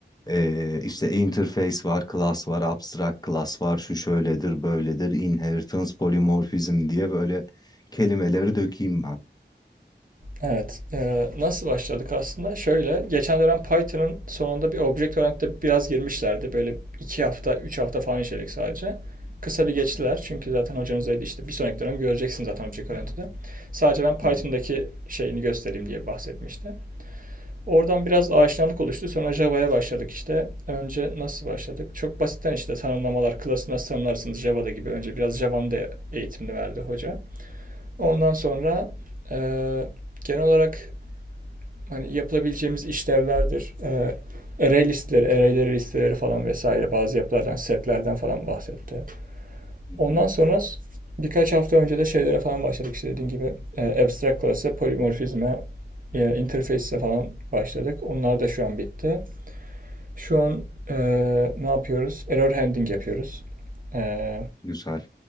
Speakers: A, on the left (about 20°); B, on the right (about 50°).
A: ee, işte interface var, class var, abstract class var, şu şöyledir, böyledir, inheritance, polymorphism diye böyle kelimeleri dökeyim ben.
B: Evet. Ee, nasıl başladık aslında? Şöyle, geçen dönem Python'ın sonunda bir Object-Oriented'e biraz girmişlerdi. Böyle iki hafta, üç hafta falan işledik sadece. Kısa bir geçtiler. Çünkü zaten hocanız dedi işte bir sonraki dönem göreceksin zaten Object-Oriented'ı. Sadece ben Python'daki
A: Hı hı,
B: şeyini göstereyim diye bahsetmişti. Oradan biraz aşinalık oluştu. Sonra Java'ya başladık işte. Önce nasıl başladık? Çok basitten işte tanımlamalar, klası nasıl tanımlarsınız Java'da gibi. Önce biraz Java'nın da eğitimini verdi hoca. Ondan sonra eee, genel olarak hani yapılabileceğimiz işlevlerdir. Ee, array listeleri, arrayleri listeleri falan vesaire bazı yapılardan, setlerden falan bahsetti.
A: hı hı.
B: Ondan sonra birkaç hafta önce de şeylere falan başladık. İşte dediğim gibi e, abstract class'a, polimorfizme, e, interface'e falan başladık. Onlar da şu an bitti. Şu an e, ne yapıyoruz? Error handling yapıyoruz. E,
A: Güzel.